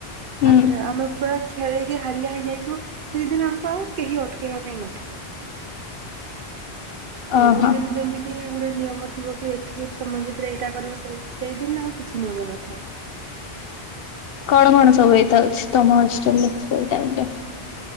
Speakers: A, on the left (about 65°); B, on the right (about 65°).
A: ହୁଁ
B: ତାପରେ ଆମେ ପୁରା ଖେଳିକି ହାଲିଆ ହେ ହେଇଥିବୁ ସେଇଦିନ ଆମକୁ ଆଉ କେହି ଅଟକେଇବା ପାଇଁ ନଥିବେ। ସବୁଦିନ୍
A: ଓହୋ।
B: ଯେମିତିକ କି ଗୋଟେ ନିୟମ ଥିବ କି ଏତିକି ସମୟ ଭିତରେ ଏଇଟା କର ସେ ସେଇଦିନ ଆଉ କିଛି ନିୟମ ନଥାଏ।
A: କଣ କଣ ସବୁ ହେଇଥାଉଛି ତମ ହଷ୍ଟେଲ୍ ରେ ସେଇ ଟାଇମ୍ ରେ?